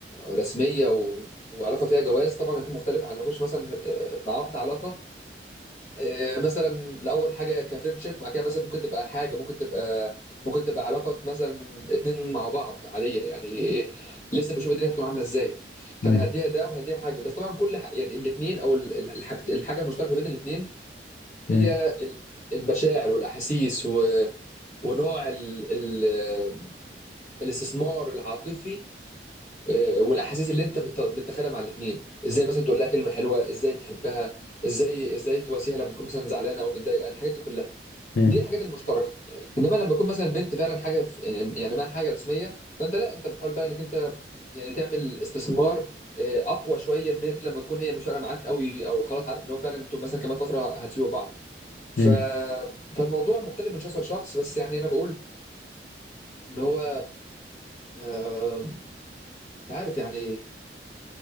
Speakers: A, on the left; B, on the left.
A: رسميه و... وعلاقه فيها جواز طبعا يكون مختلف عن نخش مثلا آه، مع واحده علاقه آه، مثلا لاول حاجه كفريندشيب بعد كده مثلا ممكن تبقى حاجه ممكن تبقى ممكن تبقى علاقه مثلا اتنين مع بعض عاديه يعني لسه بشوف الدنيا هتكون عامله ازاي
B: مم.
A: فانا هديها ده وهديها حاجه بس طبعا كل ح... يعني الاتنين او ال- ال- الحاج... الحاجه المشتركه بين الاتنين هي
B: مم.
A: ال- المشاعر والاحاسيس و... ونوع ال... ال... الاستثمار العاطفي آه، والاحاسيس اللي انت بت... بتدخلها مع الاتنين ازاي مثلا تقول لها كلمه حلوه ازاي تحبها ازاي ازاي تواسيها لما تكون مثلا زعلانه او متضايقه الحاجات دي كلها
B: مم.
A: دي الحاجات المشتركه انما لما يكون مثلا بنت فعلا حاجه في يعني معاها حاجه رسميه فانت لا انت بتحاول بقى انك انت يعني تعمل استثمار آه، اقوى شويه من لما تكون هي مش فارقه معاك قوي او خلاص عارف ان هو فعلا انتم مثلا كمان فتره هتسيبوا بعض ف...
B: مم.
A: فالموضوع مختلف من شخص لشخص بس يعني انا بقول ان هو آه، مش عارف يعني